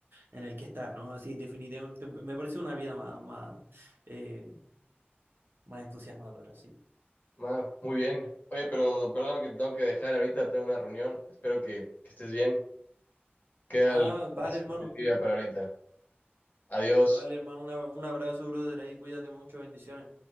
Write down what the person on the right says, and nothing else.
en el que está, ¿no? Así definitivamente me parece una vida más, más, eh, más entusiasmadora, sí.
Ah,
vale,
hermano.
Vale, hermano, una- un abrazo, brother, ahí cuídate mucho, bendiciones.